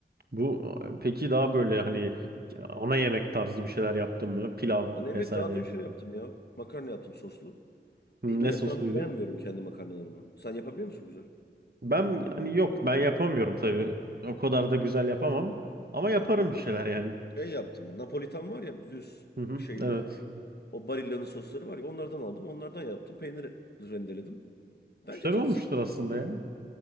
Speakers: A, on the right; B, on the left.
A: Bu peki daha böyle hani ana yemek tarzı bir şeyler yaptın mı? Pilav
B: Ana yemek
A: vesaire.
B: daha dün şey yaptım ya. Makarna yaptım soslu.
A: Ne
B: Bilmiyorum
A: sosluydu?
B: ben beğenmiyorum kendi makarnalarımı. Sen yapabiliyor musun güzel?
A: Ben yani yok ben yapamıyorum tabii. O kadar da güzel yapamam. Ama yaparım
B: Ha.
A: bir şeyler yani.
B: Şey yaptım. Napolitan var ya düz
A: Hı hı,
B: şeyli.
A: evet.
B: O Barilla'nın sosları var ya onlardan aldım. Onlardan yaptım. Peynir rendeledim. Bence
A: Güzel
B: tatsız
A: olmuştur aslında
B: oluyor
A: ya.
B: yani.